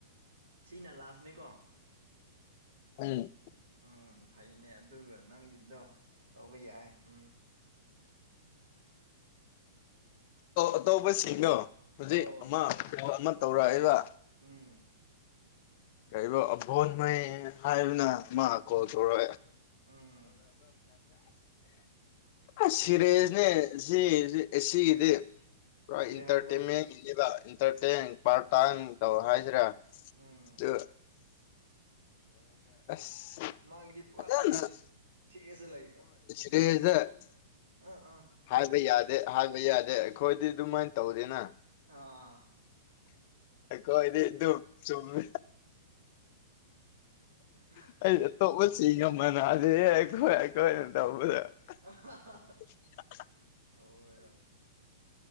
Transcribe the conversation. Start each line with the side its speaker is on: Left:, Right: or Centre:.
Right: ꯁꯤꯅ ꯂꯥꯁꯅꯦꯀꯣ
Left: <unintelligible>
Right: ꯎꯝ ꯐꯩꯅꯦ ꯑꯗꯨꯒ ꯅꯪꯒꯤꯗꯣ ꯇꯧꯕ ꯌꯥꯏ ꯎꯝ
Left: ꯑꯇꯣꯞꯄꯁꯤꯡꯗꯣ ꯍꯧꯖꯤꯛ
Right: ꯑꯣ
Left: ꯑꯃ ꯑꯃ ꯇꯧꯔꯛꯏꯕ
Right: ꯎꯝ
Left: ꯀꯔꯤꯕ ꯑꯕꯣꯟ ꯍꯥꯏꯕꯅ ꯃꯥ
Right: ꯎꯝ
Left: ꯀꯣ ꯊꯔꯣ
Right: ꯎꯝ
Left: <unintelligible> ꯑ
Right: ꯀꯔꯤ
Left: ꯁꯤꯔꯦꯖꯅꯦ ꯁꯤ ꯁꯤꯗꯤ ꯄꯨꯔꯥ
Right: ꯀꯔꯤ
Left: ꯏꯟꯇꯔꯇꯦꯟꯃꯦꯟꯅꯦꯕ
Right: ꯍꯥꯏꯕ꯭ꯔꯥ
Left: ꯏꯟꯇꯔꯇꯦꯟ ꯄꯥꯔꯇꯥꯡ ꯇꯧ ꯍꯥꯏꯁꯤꯔꯦ
Right: ꯎꯝ
Left: ꯑꯗꯨ <unintelligible>
Right: ꯃꯥꯒꯤꯗꯤ ꯄꯨꯔꯥ
Left: ꯐꯖꯅ
Right: ꯁꯦꯔꯤꯌꯁ ꯁꯦꯔꯤꯌꯁꯇ ꯂꯩ
Left: <unintelligible>
Right: ꯑꯥ ꯑꯥ
Left: ꯍꯥꯏꯕ ꯌꯥꯗꯦ ꯍꯥꯏꯕ ꯌꯥꯗꯦ ꯑꯩꯈꯣꯏꯗꯤ ꯑꯗꯨꯃꯥꯏꯅ ꯇꯧꯗꯦꯅ
Right: ꯑꯥ
Left: ꯑꯀꯣꯏꯗꯤ ꯑꯗꯨ ꯆꯨꯝꯃꯦ
Right: <unintelligible>
Left: <unintelligible>
Right: <unintelligible>
Left: <inaudible>
Right: ꯑꯣꯏꯔꯝꯅꯤ